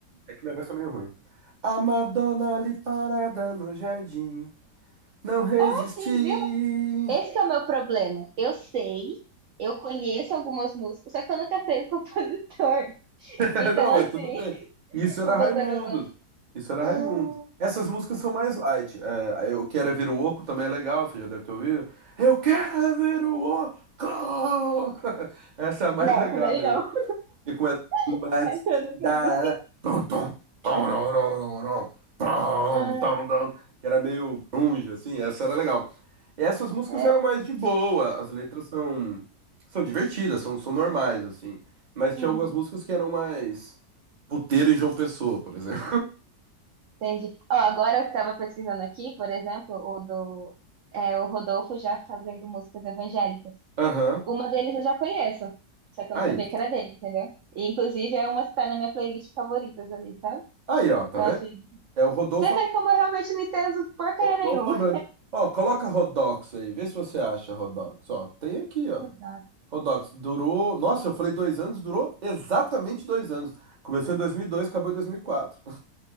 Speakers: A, on the right; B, on the right.
A: É que minha voz tá meio ruim. A Madonna ali parada no jardim. Não resisti.
B: Ah, sim, viu? Esse que é o meu problema. Eu sei, eu conheço algumas músicas, só que eu nunca sei o compositor. <laughs>
A: <laughs>
B: Então,
A: Não, mas
B: assim,
A: tudo
B: <laughs>
A: bem. Isso era
B: eu
A: Raimundos.
B: vou bando.
A: Isso era
B: Hum.
A: Raimundos. Essas músicas são mais light. É, Eu Quero É Ver o Oco também é legal, você já deve ter ouvido. Eu quero é ver o Oco! <laughs> Essa é a mais
B: Não,
A: legal
B: essa daí
A: dele.
B: não.
A: E começa. Mas
B: <laughs> Essa eu
A: se
B: nunca
A: dará-
B: vi.
A: Tom, tom, tom, nom, nom, nom, nom, tom,
B: Ah,
A: tom, tom, Que era meio grunge, assim. Essa era legal. Essas músicas
B: é.
A: eram mais de boa. As letras são, são divertidas, são, são normais, assim. Mas
B: Uhum.
A: tinha algumas músicas que eram mais. Puteiro em João Pessoa, por exemplo.
B: Entendi. Ó, agora eu estava pesquisando aqui, por exemplo, o do é, o Rodolfo já fazendo músicas evangélicas.
A: <laughs> Aham.
B: Uma deles eu já conheço, só que eu
A: Aí.
B: não sabia que era dele, entendeu? E, inclusive é uma que tá na minha playlist favoritas ali, sabe?
A: Aí, ó, tá
B: Então,
A: vendo?
B: assim,
A: É o Rodolfo,
B: você vê como eu realmente não entendo porcaria
A: Rodolfo
B: nenhuma.
A: Abrantes. Ó, coloca Rodox aí, vê se você acha Rodox. Ó, tem aqui, ó.
B: Rodolfo.
A: Rodox durou. Nossa, eu falei dois anos, durou exatamente dois anos. Começou em 2002, acabou em dois mil E quatro.